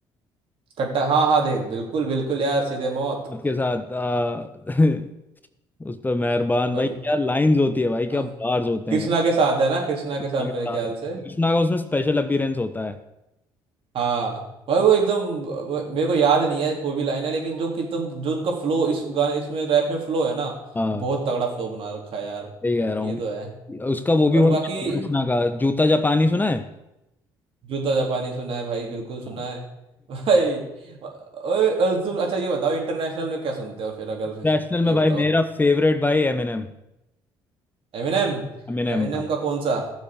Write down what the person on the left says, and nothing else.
के साथ आ, <laughs> उस पर मेहरबान
भाई क्या लाइंस होती है भाई क्या
बार्स होते
हैं
कृष्णा
के
साथ
कृष्णा का उसमें स्पेशल अपीयरेंस होता है
हाँ
सही कह रहा
हूँ
उसका वो भी
बहुत
अच्छा है, कृष्णा का जूता जापानी सुना है
हाँ।
इंटरनेशनल
में भाई
मेरा फेवरेट भाई एमिनेम
एमिनेम
भाई